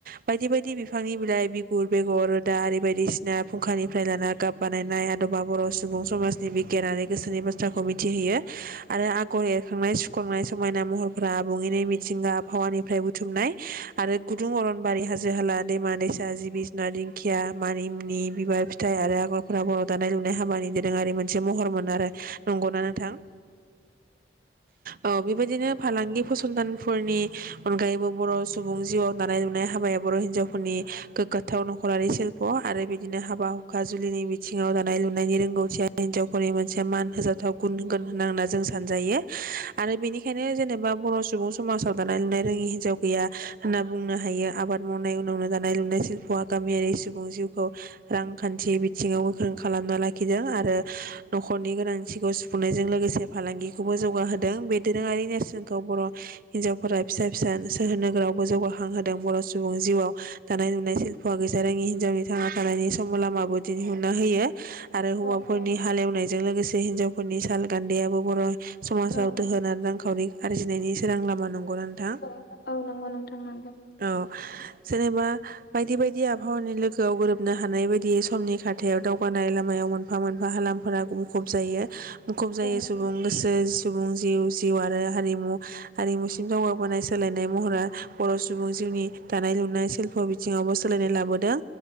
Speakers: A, on the right; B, on the left.
A: बायदि बायदि बिफांनि बिलाइ फुल बेगर आरि बायदिसिना फुंखा निफ्राय लाना गाब बानायनाय आदबा बर' सुबुं समाजनि बिगियानारि गोसोनि बाथ्राखौ मिथिहोयो। आरो आगर एरखांनाय खंनाय समायना महरफोरा आबुङैनि मिथिंगा आबहावानिफ्राय बुथुमनाय आरो गुदुं अरनबारि हाजो हाला दैमा दैसा जिबि जुनारनि दिं खिया मानिमनि बिबार फिथाइ आरो आगरफोरा बर' दा नाय लुनाय हाबानि दोरोङारि मोनसे महरमोन आरो। नंगौना नोंथां। औ बेबायदिनो फालांगि फसंथानफोरनि अनगायैबो बर' सुबुं जिउआव दानाय लुनाय हाबाया बर' हिनजावफोरनि गोग्गाथाव न'खरारि शिल्प' आरो बिदिनो हाबा हुखा जुलिनि बिथिङाव दानाय लुनायनि रोंगौथिया हिन्जावफोरनि मोनसे मान होजाथाव गुन होगोन होनना होनना जों सानजायो आरो बेनिखायनो जेनेबा बर' सुबुं समाजाव दानाय लुनाय रोङि हिनजाव गैया होनना बुंनो हायो आबाद मावनाय उनावनो दानाय लुनाय शिल्प'आ गामियारि सु बुं जिउखौ रां खान्थि बिथिङाव गोख्रों खालामना लाखिदों आरो न'खरनि गोनांथिखौ सुफुंनायजों लोगोसे फालांगिखौबो जौगाहोदों। बे दोरोङारि नेर्सोनखौ बर' हिनजाव फोरा फिसा फिसा सोहोर नोगोरावबो जौगाखां होदों बर' सुबुं जिउआव दानाय लुनाय हौवा गैजारोङि हिनजावनि थांना थानायनि समाव लामाबो दिन्हुनना होयो। आरो
B: नंगौ
A: हौवाफोरनि हालेवनायजों लोगोसे हिन्जावफोरनि साल गानदायाबो बर' समाजाव
B: औ
A: दोहोन आरो रांखावरि आरजिनायनि सोरां लामा नंगौना नोंथां
B: औ औ नंगौ नोंथां नंगौ
A: औ जेनेबा बायदि बाय दि आबहावानि लोगोआव गोरोबनो हानाय बायदि समनि खाथ थायाव दावगानाय लामायाव मोन मोनफा मोनफा हालामफोरा मुखुब जायो मुखुब जायो
B: औ
A: सुबुं गोसो सुबुं जिउ जिउ आरो हारिमु हारिमुसिम जौगाबोनाय सोलायनाय महरा बर' सुबुं जिउनि दानाय लुनाय सिल्फ' बिथिङावबो सोलायनाय लाबोदों